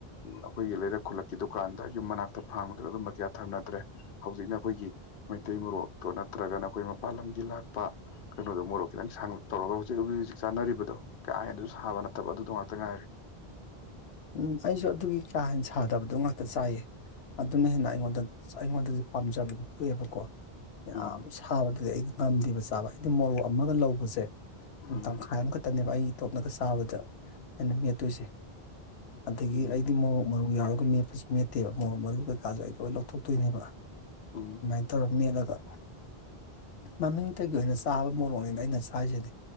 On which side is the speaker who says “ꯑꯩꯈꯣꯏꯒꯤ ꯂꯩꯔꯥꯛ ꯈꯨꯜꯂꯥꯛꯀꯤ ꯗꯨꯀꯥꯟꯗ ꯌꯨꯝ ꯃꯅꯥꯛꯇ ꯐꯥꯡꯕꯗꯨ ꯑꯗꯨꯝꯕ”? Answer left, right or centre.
Left